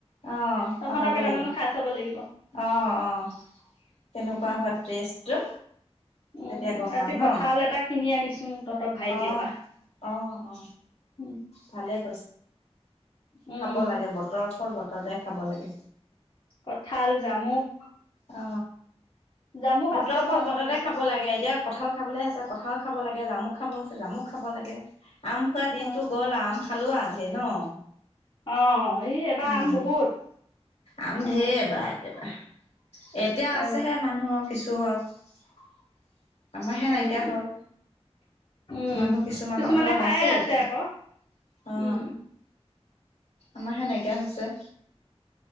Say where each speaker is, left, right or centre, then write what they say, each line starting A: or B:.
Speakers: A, on the left (about 75°); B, on the left (about 50°).
A: আহ
B: তহঁতৰ
A: সলাব
B: কেইটামান
A: লাগিব
B: খাই চাব লাগিব
A: অ অ কেনেকুৱা
B: উম
A: হোৱা ট্ৰেছটো
B: উম
A: তেতিয়া গম
B: আজি
A: পাম ন
B: কঁঠাল এটা কিনি আনিছো তহঁতৰ ভাইটিৰ
A: আহ
B: পৰা
A: অ অ
B: উম
A: ভালে ক
B: উম
A: খাব লাগে বতৰৰ ফল বতৰতে খাব লাগে
B: কঠাল জামুক
A: অ
B: জামুক
A: বতৰৰ
B: আছে বাৰু
A: ফল
B: আমাৰ
A: বতৰতে
B: গছত
A: খাব লাগে এতিয়া কঠাল খাবলৈ আছে কথাও খাব লাগে জামুক খাব হৈছে জামুক খাব লাগে আম খোৱা দিনটো
B: অ
A: গল আম খালোৱাে ন
B: অ এই এবাৰ
A: উম
B: আম বহুত
A: আম
B: অ
A: ধেৰ এবা একেবা এতিয়াও
B: অ
A: আছেহে মানুহ কিছু ঘৰত আমাৰ হে
B: উম
A: নাইকিয়া হল
B: উম
A: মানুহ কিছুমানৰ
B: কিছুমানে
A: ঘৰত
B: খায়ে
A: আছে এতিয়া
B: আকৌ
A: আহ
B: উম
A: আমাৰহে নাইকিয়া হৈছে